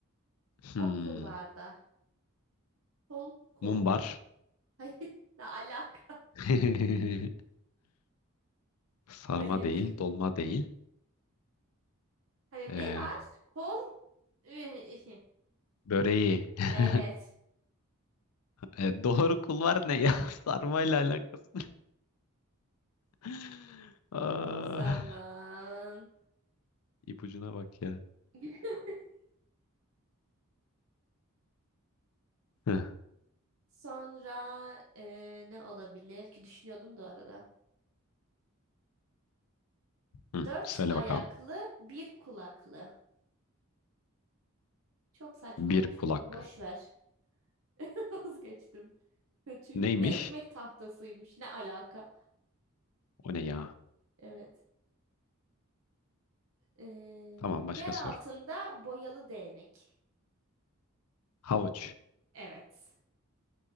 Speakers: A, on the left (about 85°); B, on the right (about 70°).
A: Hmm,
B: Okul var da. Kol kol.
A: mumbar.
B: Hayır. <laughs> Ne alaka?
A: <laughs> Sarma
B: Hayır.
A: değil, dolma değil.
B: Hani
A: E,
B: ne var? Kol. <laughs>
A: böreği. <laughs>
B: Evet.
A: E, doğru kul var ne ya? <laughs> Sarmayla alakası. <laughs> Aa,
B: O zaman.
A: ipucuna bak ya.
B: <laughs>
A: Hı,
B: Sonra eee, ne olabilir ki düşünüyordum da arada.
A: hı,
B: Dört
A: söyle
B: ayaklı,
A: bakalım.
B: bir kulaklı. Çok saçmaymış
A: Bir kulak.
B: bunu. Boş ver. <laughs> Vazgeçtim. Kötü. Me-
A: Neymiş?
B: Ekmek tahtasıymış. Ne alaka?
A: O ne ya?
B: Evet. Ee,
A: Tamam başka
B: yer altında
A: sor.
B: boyalı değnek.
A: Havuç.
B: Evet.